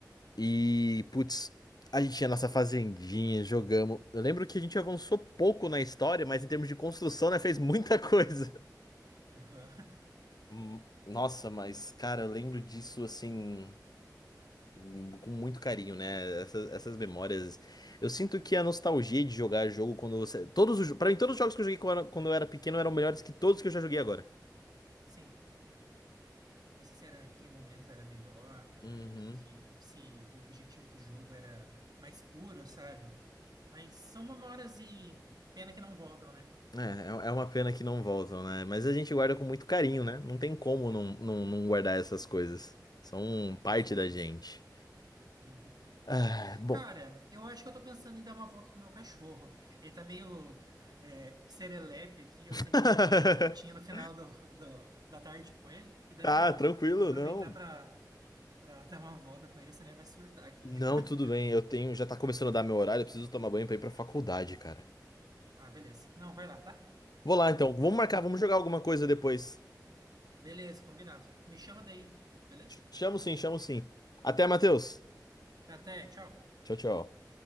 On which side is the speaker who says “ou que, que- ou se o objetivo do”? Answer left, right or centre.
Right